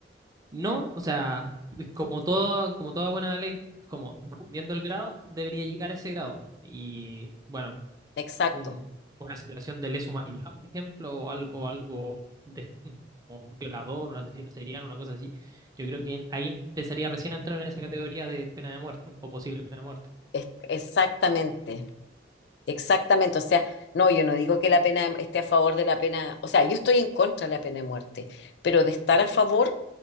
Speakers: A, on the right; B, on the left.
A: No, o sea, es como todo, como toda buena ley, es como, dependiendo del grado, debería llegar a ese grado. Y bueno,
B: exacto,
A: un- una situación de lesa humanidad, por ejemplo, o algo, algo de, como un violador, un asesino serial, una cosa así, yo creo que en- ahí empezaría recién a entrar en esa categoría de pena de muerte o posible pena de muerte.
B: es- exactamente. Exactamente, o sea, no, yo no digo que la pena esté a favor de la pena, o sea, yo estoy en contra de la pena de muerte, pero de estar a favor